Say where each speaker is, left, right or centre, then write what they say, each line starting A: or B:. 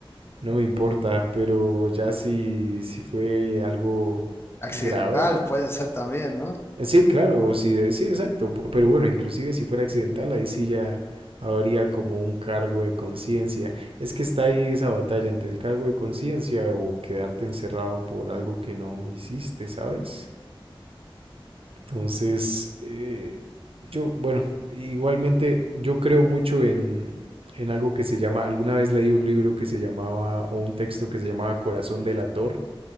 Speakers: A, on the right (about 75°); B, on the left (about 25°).
A: no me importa, pero ya si, si fue algo
B: Accidental
A: grave,
B: puede ser también, ¿no?
A: Eh, Sí, claro, sí, de- sí, exacto. pu- Pero bueno, inclusive si fuera accidental, ahí sí ya habría como un cargo de conciencia. Es que está ahí esa batalla entre el cargo de conciencia o quedarte encerrado por algo que no hiciste, ¿sabes? Entonces, eh, yo, bueno, igualmente yo creo mucho en, en algo que se llama, alguna vez leí un libro que se llamaba, o un texto que se llamaba Corazón delator